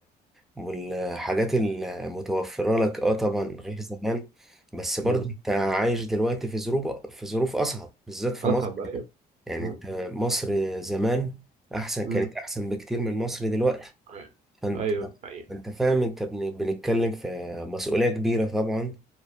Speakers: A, in the centre; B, on the right.
A: والحاجات المتوفرة لك اه طبعا غير زمان بس برضه
B: مم.
A: انت عايش دلوقتي في ظروف في ظروف أصعب بالذات في
B: أصعب
A: مصر
B: أيوه
A: يعني
B: مم.
A: انت مصر زمان احسن
B: مم.
A: كانت احسن بكتير من مصر دلوقتي
B: أيوه
A: فانت
B: أيوه أيوه
A: انت فاهم انت بن- بنتكلم في مسؤولية كبيرة طبعا